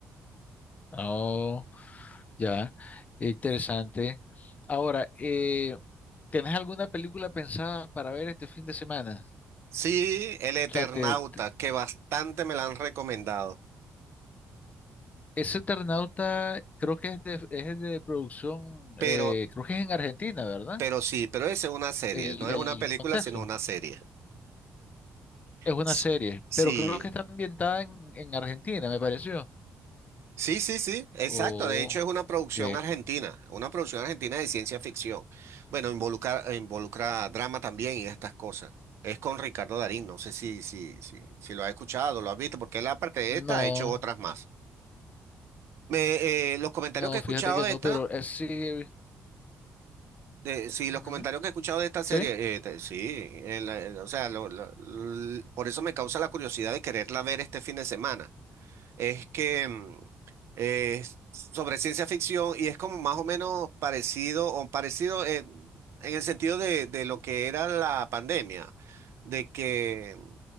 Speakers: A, on the left; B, on the right.
A: Oh, ya, qué interesante. Ahora, eh, ¿tenés alguna película pensada para ver este fin de semana?
B: Sí, El Eternauta,
A: O sea, te- te-
B: que bastante me la han recomendado.
A: ese Eternauta creo que es de, es de producción,
B: Pero,
A: eh, creo que es en Argentina, ¿verdad?
B: pero sí, pero es una serie,
A: El,
B: no es
A: el
B: una película,
A: contexto.
B: sino una serie.
A: Es una
B: S-
A: serie,
B: Sí,
A: pero creo que está ambientada en, en Argentina, me pareció.
B: Sí, sí, sí, exacto.
A: Oh,
B: De hecho, es una producción
A: ok.
B: argentina, una producción argentina de ciencia ficción. Bueno, involucra, involucra drama también y estas cosas. Es con Ricardo Darín, no sé si, si, si, si lo has escuchado, lo has visto, porque él aparte de
A: No,
B: esta ha hecho otras más. Me, eh, los comentarios
A: no,
B: que he escuchado
A: fíjate que
B: de
A: no,
B: esta
A: pero eh, sí, he vis-
B: Eh, sí,
A: ujú,
B: los comentarios que he escuchado de esta serie,
A: sí,
B: eh, te- sí, el- el- o sea, lo- lo- l- por eso me causa la curiosidad de quererla ver este fin de semana es que mm, es sobre ciencia ficción y es como más o menos parecido o parecido eh, en el sentido de, de lo que era la pandemia, de que mm,